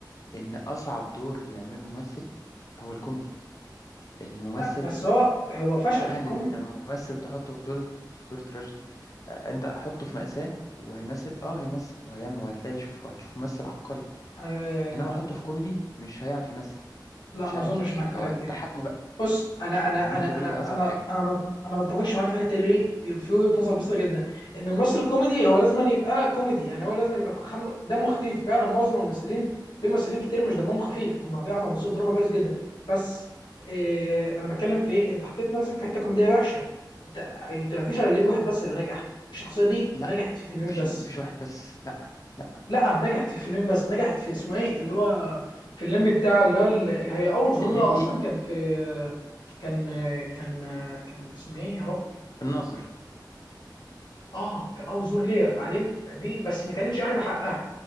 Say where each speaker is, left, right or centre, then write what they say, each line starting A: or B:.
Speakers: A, on the left (about 45°); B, on the left (about 70°).
A: ان اصعب دور يعمله ممثل هو الكوميدي الممثل
B: لا بس هو هو فشل
A: سهل
B: في الكوميدي
A: ان ممثل تحطه في دور في دور تراجيدي آه، انت حطه في مأساة وهيمثل اه هيمثل وهيعمل وهتلاقي شوف وهتشوف ممثل عبقري
B: آه
A: انما حطه في كوميدي مش هيعرف يمثل
B: لا
A: مش
B: ما
A: هيعرف
B: اظنش
A: يت...
B: معاك في
A: هو
B: الحته دي
A: ضحكني بقى
B: بص انا
A: هي
B: انا
A: النقطة
B: انا
A: دي
B: انا
A: اصعب
B: انا
A: حاجة
B: انا ما انا ما اتفقش معاك في الحته دي في في وجهه نظر بسيطه جدا ان الممثل الكوميدي هو لازم أن يبقى كوميدي يعني هو لازم أن يبقى خم... دمه خفيف فعلا معظم الممثلين في ممثلين كتير مش دمهم خفيف هم بيعرفوا يمثلوا الدراما كويس جدا بس إيه انا بتكلم في ايه انت حطيت نفسك في حته كوميديه وحشه انت انت ما فيش الا لين واحد بس اللي نجح الشخصيه دي
A: لا
B: نجحت في فيلمين
A: مفيش
B: بس
A: مفيش واحد بس لا لا
B: لا نجحت في فيلمين بس نجحت في اسمه ايه اللي هو في الليمبي بتاع اللي هو ال- هي اول ظهور
A: الليمبي
B: لها اصلا كان في كان كان كان في اسمه ايه يا ربي
A: الناظر
B: اه كان اول ظهور ليها بعدين دي بس ما كانتش اخد حقها